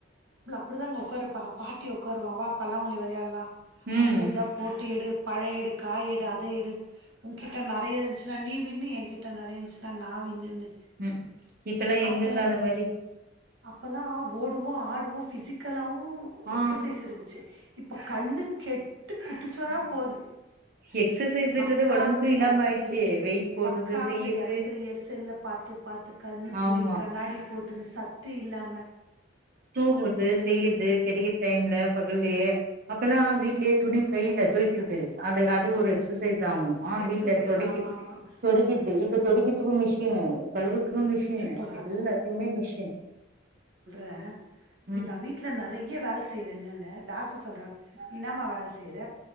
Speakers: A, on the right; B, on the right.
A: அப்படிதாங்க உக்கார வெப்பாங்க பாட்டி உக்காரு வா பல்லாங்குழி வெளையாடலா
B: ம்
A: அஞ்சஞ்சா போட்டு எடு பழ எடு காயெடு அ தயெடு உங்கிட்ட நெறையா இருந்துச்சுனா நீ வின்னு எங்கிட்ட நெறையா இருந்துச்சுனா நா வின்னுன்னு
B: ம் இப்பெல்லா எங்கெங்க
A: அப்ப
B: அந்த மாரி
A: அப்பல்லா ஓடுவோ ஆடுவோ ஃபிசிக்கலாவு
B: ஆ
A: எக்சசைஸ் இருந்ச்சு இப்ப கண்ணு கெட் டு குட்டிச்சோரா போது
B: எக்சசைஸ்ன்றது
A: வக்காந்த
B: ஒடம்புக்கு இல்லாம
A: எடத்துலயே
B: ஆயிடுச்சு வெயிட் போடுறது
A: வக்காந்த
B: செய்யறது
A: எடத்தலயே செல்ல பாத்து பாத்து கண்ணு
B: ஆமா
A: போயி கண்ணாடி போட் டுனு சத்து இல்லாம
B: தூகுடுது செய் யர்து கெடைக்க டைம்ல ப ல்லையே அப்பல்லா வீட்லயே துணி கையில தோய்க்குறது அது அது ஒரு எக்சசைஸ் ஸாவு ஆஹ்
A: எக்ஸசைஸ்
B: வீட்டுல தொடைக்குது
A: ஆமா ஆமா
B: தொடைக்கது இப்ப தொடைக்கிறதுக்கு மிஷினு கலுவுற்துக்கு மிஷினு
A: இப்ப
B: எல்லாத்துமே மிஷின்
A: ங்க இப்டி
B: ம்
A: நா வீட்ல நெறைய வேல செய்றங்கன்ன டாக்டர் சொல்றா நீ இன்னாம வேல செய்ற